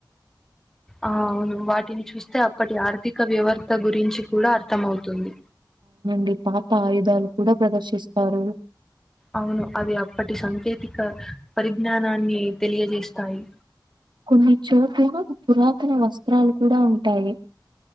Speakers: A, in the centre; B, on the right (about 75°).
A: ఆ అవును వాటిని చూస్ అప్పటి ఆర్థిక వ్యవస్థ గురించి కూడాఅర్థమవుతుంది
B: డి పాత ఆయుధాలు కూడ ప్రదర్శిస్తారు
A: అవును అవి అప్పటి సాంకేతిక పరిజ్ఞానాన్ని తెలియజే తాయి
B: కొన్ని చోటుల పురాతన వస్త్రాలు కూడ ఉంటాయి